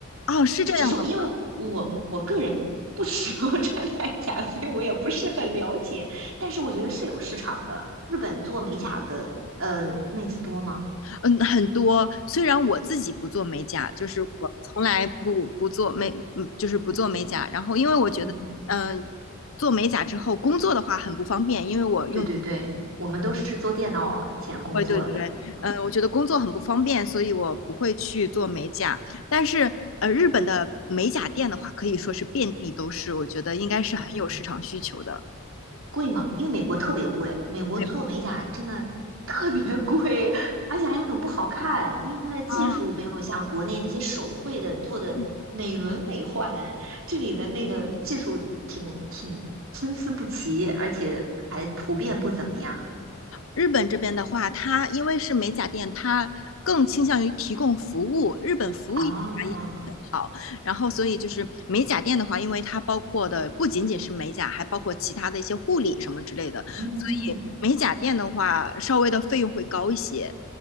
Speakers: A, on the left; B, on the right.
A: 哦，是这样的吗？
B: 只是因为我我个人不使用 <laughs> 穿戴甲，所以我也不是很了解，但是我觉得是有市场的。日本做美甲的，呃，妹子多吗？
A: 嗯，很多。虽然我自己不做美甲，就是我从来不不做美，嗯，就是不做美甲。然后，因为我觉得，
B: 嗯。
A: 嗯、做美甲之后工作的话很不方便，因为我用，
B: 对对对，我们都是做电脑前工作的。
A: 对对对，
B: 嗯，
A: 嗯、我觉得工作很不方便，所以我不会去做美甲。但是，呃，日本的美甲店的话，可以说是遍地都是，我觉得应该是很有市场需求的。
B: 嗯，贵吗？因为美国特别贵，美国做美甲真的
A: 对，
B: <laughs> 特别贵，<laughs> 而且还很不好看，因为它的技术没有像国内那些手绘的做的美轮美奂，
A: 啊，嗯是的。
B: 这里的那个技术挺挺参差不齐，而且还普遍不怎么样
A: 日本这边的话，它因为是美甲店，它更倾向于提供服务，日本服务业也
B: 啊。
A: 好。然后，所以就是美甲店的话，因为它包括的不仅仅是美甲，还包括其他的一些护理什么之类的，所以美甲店的话，
B: 嗯，
A: 稍微的费用会高一些。